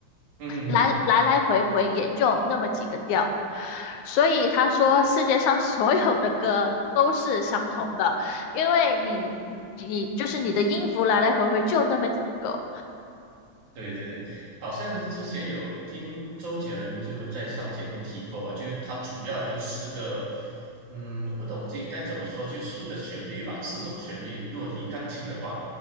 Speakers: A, on the right; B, on the left.
A: 嗯哼哼，
B: 来来来回回也就那么几个调，所以他说世界上所有的歌都是相同的，因为你你你就是你的音符来来回回就那么几个。
A: 对对对，好像之前有听周杰伦就在上节目提过吧，就是他主要就四个，嗯，我不懂这该怎么说，就四个旋律吧，四种旋律，如果以钢琴的话。